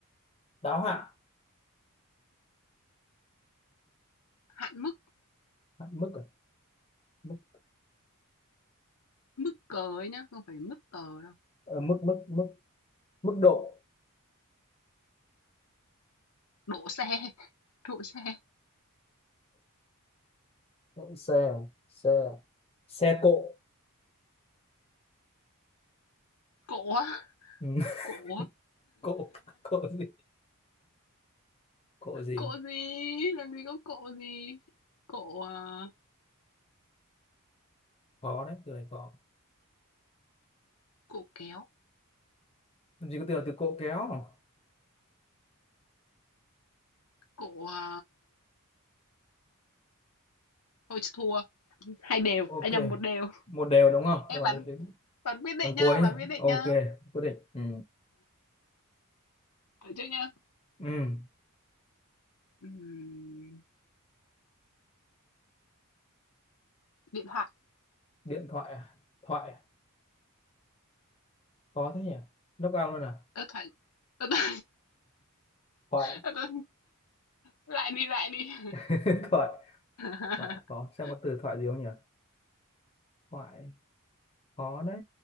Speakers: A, on the left; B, on the left.
A: đáo hạn
B: hạn mức,
A: À, mức à? mức
B: mức cờ ấy nhá, không phải mức tờ đâu.
A: ờ, mức mức mức mức độ
B: Đỗ xe, <laughs> đỗ xe.
A: độ xe à? xe à? xe cộ
B: Cộ á,
A: ừ. <laughs>
B: cộ á.
A: cộ cộ gì cộ gì
B: Cộ gì? Làm gì có cộ gì? Cộ à,
A: khó đấy từ này khó
B: cộ kéo,
A: làm gì có từ là từ cộ kéo
B: cộ à, thôi thua. Hai đều,
A: ok
B: anh nhầm một đều.
A: một đều đúng không
B: Em
A: rồi
B: bắn
A: đến đến
B: bắn quyết định
A: phần
B: nhá,
A: cuối
B: bắn
A: nhé.
B: quyết định
A: ok
B: nhá.
A: quyết định ừ.
B: Được chưa nhá?
A: ừ.
B: Ừm, điện thoại
A: điện thoại à? thoại à? khó thế nhỉ knock out luôn à
B: Ơ thoại ơ, tôi <laughs>
A: thoại
B: ơ, tôi lại đi, lại đi.
A: <laughs> thoại
B: <laughs>
A: thoại khó xem có từ thoại gì không nhỉ thoại khó đấy